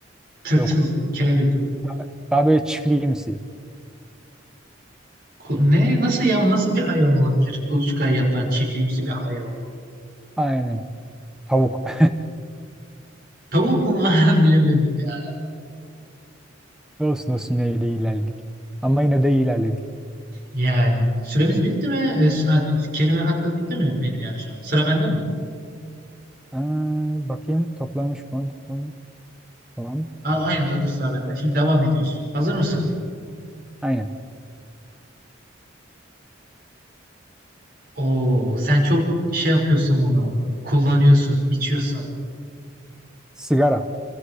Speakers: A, on the right; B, in the centre.
A: Tırtıl,
B: Yok.
A: kelebek.
B: Daha, daha böyle çiftliğimsi.
A: Ku- ne? Nasıl ya? Nasıl bir hayvan olabilir? Kuluçkaya yatan çiftliğimsi bir hayvan.
B: Aynen. Tavuk. <laughs>
A: Tavuk mu? <laughs> Bilemedim ya.
B: Olsun olsun yine de ilerledik. Ama yine de ilerledik.
A: Yani süremiz bitti mi? E, s- ha, kelime hakkım bitti mi benim yani şu an? Sıra bende mi?
B: Ee, bakayım toplamış mı? Toplamış. Tamam.
A: Aa, aynen dur dur sıra bende. Şimdi devam ediyoruz. Hazır mısın?
B: Aynen.
A: Oo, sen çok şey yapıyorsun bunu. Kullanıyorsun, içiyorsun.
B: Sigara.